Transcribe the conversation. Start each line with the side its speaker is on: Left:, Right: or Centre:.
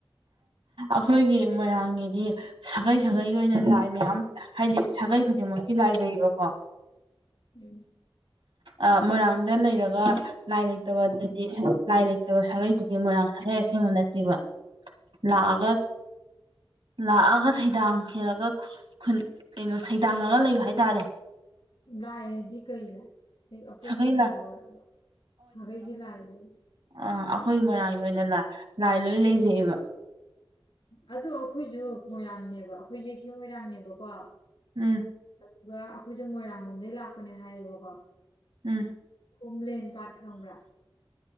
Right: ꯑꯈꯣꯏꯒꯤ ꯃꯣꯏꯔꯥꯡꯒꯤꯗꯤ ꯁꯥꯒꯩ ꯁꯥꯒꯩ ꯑꯣꯏꯅ ꯂꯥꯏ ꯃꯌꯥꯝ ꯍꯥꯏꯗꯤ ꯁꯥꯒꯩ ꯈꯨꯗꯤꯡꯃꯛꯀꯤ ꯂꯥꯏ ꯂꯩꯕꯀꯣ
Left: ꯎꯝ
Right: ꯑ ꯃꯣꯏꯔꯥꯡꯗ ꯂꯩꯔꯒ ꯂꯥꯏ ꯂꯩꯇꯕ ꯑꯗꯨꯗꯤ ꯂꯥꯏ ꯂꯩꯇꯕ ꯁꯥꯒꯩꯗꯨꯗꯤ ꯃꯣꯏꯔꯥꯡ ꯁꯥꯒꯩ ꯑꯁꯦꯡꯕ ꯅꯇꯦꯕ ꯂꯥꯑꯒ ꯂꯥꯛꯑꯒ ꯁꯩꯗꯥꯡ ꯈꯦꯔꯒ ꯈꯨꯟ ꯀꯩꯅꯣ ꯁꯩꯗꯥꯡꯉꯒ ꯂꯩꯕ ꯍꯥꯏꯇꯥꯔꯦ
Left: ꯂꯥꯏ ꯍꯥꯏꯗꯤ ꯀꯩ ꯂꯥꯏ ꯑꯄꯣꯛꯄꯒꯨꯝꯕꯔꯣ
Right: ꯁꯥꯒꯩ ꯂꯥꯏ
Left: ꯁꯥꯒꯩꯒꯤ ꯂꯥꯏꯅꯤ
Right: ꯑ ꯑꯩꯈꯣꯏ ꯃꯣꯏꯔꯥꯡꯒꯤ ꯑꯣꯏꯅ ꯂ ꯂꯥꯏ ꯂꯣꯏ ꯂꯩꯖꯩꯑꯦꯕ
Left: ꯑꯗꯣ ꯑꯩꯈꯣꯏꯁꯨ ꯃꯣꯏꯔꯥꯡꯅꯦꯕ ꯑꯩꯈꯣꯏ ꯌꯦꯛꯁꯦ ꯃꯣꯏꯔꯥꯡꯅꯦꯕꯀꯣ
Right: ꯎꯝ
Left: ꯑꯗꯨꯒ ꯑꯩꯈꯣꯏꯁꯦ ꯃꯣꯏꯔꯥꯡ ꯂꯣꯝꯗꯩ ꯂꯥꯛꯄꯅꯦ ꯍꯥꯏꯌꯦꯕꯀꯣ
Right: ꯎꯝ
Left: ꯈꯨꯝꯂꯦꯟ ꯄꯥꯠꯈꯪꯕ꯭ꯔꯥ